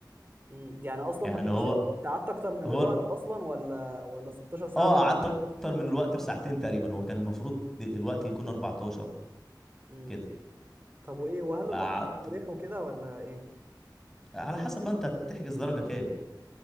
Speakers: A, on the right; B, in the centre.
A: امم يعني اصلا
B: يعني
A: ما كانش
B: هو
A: انت قعدت اكتر من
B: هو
A: الوقت اصلا ولا ولا 16 ساعة
B: اه قعدت اكتر من الوقت بساعتين تقريبا هو كان المفروض الوقت يكون 14
A: امم
B: كده
A: طب وايه وهل
B: فقعدت
A: القطر كان مريح وكده ولا ايه
B: على حسب بقى انت هتحجز درجه كام